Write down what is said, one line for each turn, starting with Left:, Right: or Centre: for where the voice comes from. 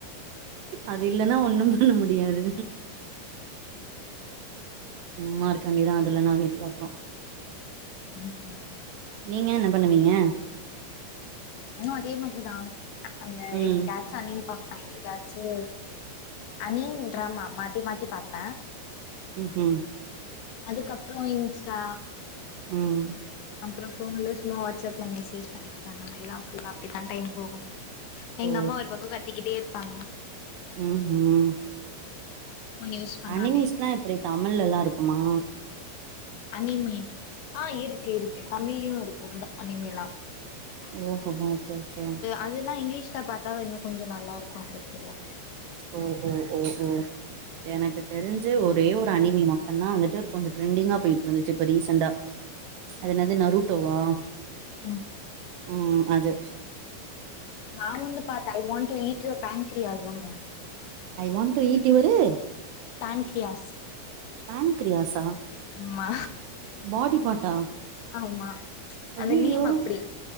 Right: அது இல்லனா ஒன்னும் பண்ண முடியாது சும்மா இருக்க வேண்டிதா அதுல்லனா வீட்ல அப்றோ
Left: ம் ஹும்
Right: நீங்க என்ன பண்ணுவீங்க
Left: நானு அதே மாரிதா அந்த
Right: ம்
Left: என்னிக்காச்சு அனிம் பாப்பே என்னைக்காச்சு அனிம் ட்ராமா மாத்தி மாத்தி பாப்பே
Right: ம் ஹும்
Left: அதுக்கப்றோ இன்ஸ்டா
Right: ம்
Left: அப்றோ ஃபோன்ல சும்மா வாட்ஸ் அப்ல மெசேஜ் பண்ணிக்கிட்டு அந்த மாரிதா ஃபுல்லா அப்டிதா டைம் போகு எங்க
Right: ஓ
Left: அம்மா ஒரு பக்கோ கத்திக்கிட்டே இருப்பாங்க
Right: ம் ஹும்
Left: ஃபோன் யூஸ் பண்ணாலே
Right: அனிமீஸ்லா எப்டி தமிழ்லலா இருக்குமா
Left: அனிமி ஆ இருக்கு இருக்கு தமிழயு இருக்கு அனிமிலா
Right: ஓஹோ ஓகே ஓகே
Left: அதுல்லா இங்கிலீஷ்ல பாத்தா இன்னு கொஞ்சோ நல்லா இருக்கு எஃபெக்டிவா
Right: ஓ ஓ ஓ ஓ எனக்கு தெரிஞ்சு ஒரே ஒரு அனிமி மட்டுதா வந்துட்டு கொஞ்சோ ட்ரெண்டிங்கா போயிட்டு இருந்துச்சு இப்ப ரீசண்டா அது என்னது நருட்டோவா
Left: ஆ
Right: ம் அது
Left: நான் வந்து பாத்தே I want to eat your பேங்க்ரியாஸ்னு
Right: I want to eat your
Left: pancreas
Right: பேன்க்கிரியாசா
Left: ஆமா
Right: பாடி பார்ட்டா
Left: ஆமா
Right: அய்யய்யோ
Left: அந்த நேம் அப்டி